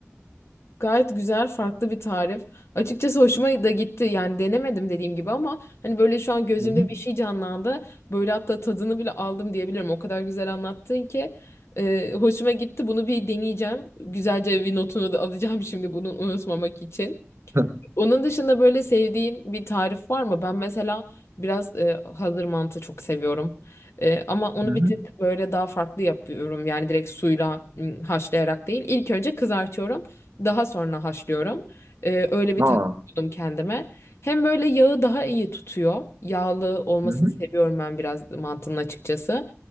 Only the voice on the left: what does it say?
Gayet güzel, farklı bir tarif. Açıkçası hoşuma da gitti. Yani denemedim dediğim gibi ama hani böyle şu an gözümde
bir şey canlandı. Böyle hatta tadını bile aldım diyebilirim. O kadar güzel anlattın ki e, hoşuma gitti. Bunu bir deneyeceğim. Güzelce bir notunu da <laughs> alacağım şimdi bunu unutmamak için.
Onun dışında böyle sevdiğin bir tarif var mı? Ben mesela biraz e, hazır mantı çok seviyorum. E, ama onu
bir tık böyle daha farklı yapıyorum. Yani direkt suyla m, haşlayarak değil. İlk önce kızartıyorum. Daha sonra haşlıyorum. E, öyle bir
taktik buldum kendime. Hem böyle yağı daha iyi tutuyor. Yağlı olmasını
seviyorum ben biraz mantının açıkçası.